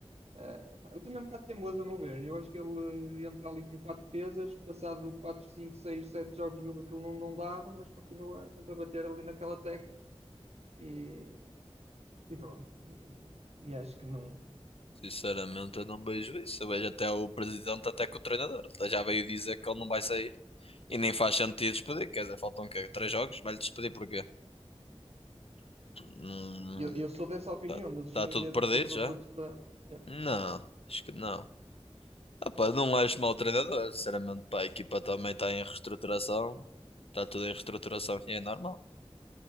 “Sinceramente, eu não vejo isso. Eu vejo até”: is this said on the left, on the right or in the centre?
Left